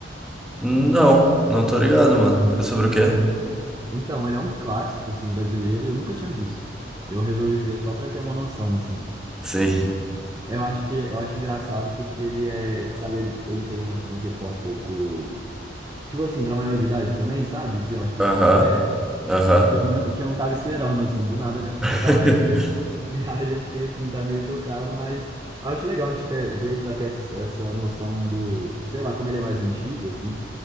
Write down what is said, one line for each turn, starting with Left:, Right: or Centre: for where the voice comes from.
Centre: Não, não tô ligado, mano. É sobre o quê?
Right: Então, ele é um clássico assim brasileiro, e eu nunca tinha visto. Eu resolvi ver só pra ter uma noção assim.
Centre: Sim.
Right: Eu acho que eu acho engraçado porque ele é, sabe, ele, ele tem uma, uma questão um pouco tipo assim, pra maior de idade também, sabe? Que eu acho que
Centre: Aham,
Right: os filmes da época
Centre: aham.
Right: que eu não que eu não tava esperando assim, do nada <laughs> começava
Centre: <laughs>
Right: a <laughs> E aí eu fiquei assim, tá meio chocado, mas eu acho legal a gente ter, ver para ter essa, essa noção do, sei lá, como ele é mais antigo, assim,